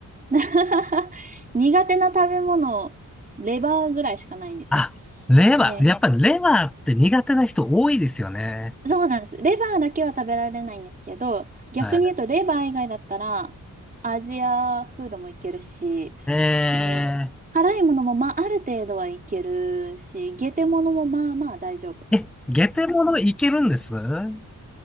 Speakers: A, on the right; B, in the centre.
A: <laughs> 苦手な食べ物、レバーぐらいしかないんですよ。
B: あ、レバー。
A: で、
B: やっぱりレバーって苦手な人多いですよね。
A: そうなんです。レバーだけは食べられないんですけど、逆に言うとレバー以外だったら、
B: はい。
A: アジアフードもいけるし、
B: え
A: えー辛いものもまあある程度はいけるし、ゲテものもまあまあ大丈夫。
B: ー、え、ゲテモノいけるんですう